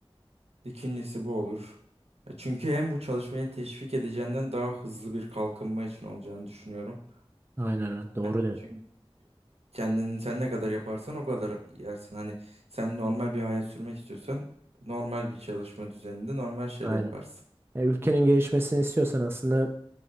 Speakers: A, on the right; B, on the right.
A: İkincisi bu olur. E Çünkü hem bu çalışmayı teşvik edeceğinden daha hızlı bir kalkınma için olacağını düşünüyorum.
B: Aynen öyle. Doğru
A: Yani
B: diyorsun.
A: çünkü Kendini sen ne kadar yaparsan o kadar yersin. Hani sen normal bir hayat sürmek istiyorsan normal bir çalışma düzeninde normal şeyler
B: Aynen.
A: yaparsın.
B: Ya ülkenin gelişmesini istiyorsan aslında